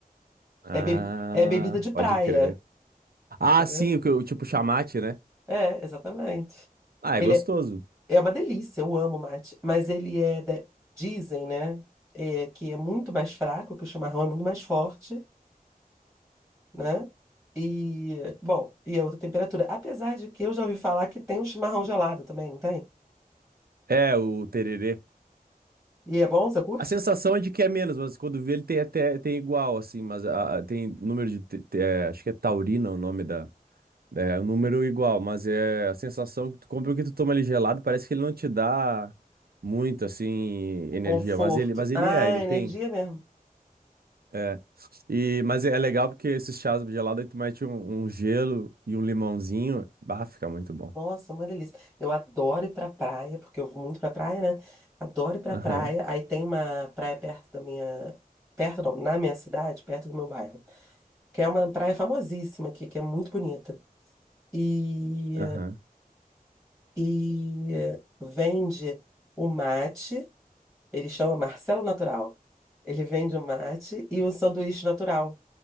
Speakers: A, on the right (about 80°); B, in the centre.
A: Ah,
B: É, bebi- é bebida de
A: pode
B: praia,
A: crer. Ah,
B: entendeu?
A: sim, o que eu- tipo chamate, né?
B: É, exatamente.
A: Ah,
B: Ele
A: é gostoso.
B: é, é uma delícia, eu amo mate, mas ele é, da- dizem, né, é, que é muito mais fraco, que o chimarrão é muito mais forte, né? E, bom, e é outra temperatura. Apesar de que eu já ouvi falar que tem um chimarrão gelado também, não tem?
A: É, o tererê.
B: E é bom, você curte?
A: A sensação é de que é menos, mas quando vê ele tem até tem igual, assim, mas a- a- tem número de. te- te- é, acho que é taurina o nome da. É, o número igual, mas é a sensação que tu compra o que tu toma ele gelado, parece que ele não te dá muito, assim,
B: O
A: energia.
B: conforto.
A: Mas ele, mas ele
B: Ah,
A: é, ele
B: energia
A: tem.
B: mesmo.
A: É. E, mas é legal porque esses chás gelados aí tu mete um, um gelo e um limãozinho. Bah, fica muito bom.
B: Nossa, uma delícia. Eu adoro ir pra praia, porque eu vou muito pra praia, né? Adoro ir pra
A: Aham,
B: praia. Aí tem uma praia perto da minha. Perto não, na minha cidade, perto do meu bairro que é uma praia famosíssima aqui, que é muito bonita. E,
A: aham,
B: e vende o mate, ele chama Marcelo Natural. Ele vende o mate e o sanduíche natural.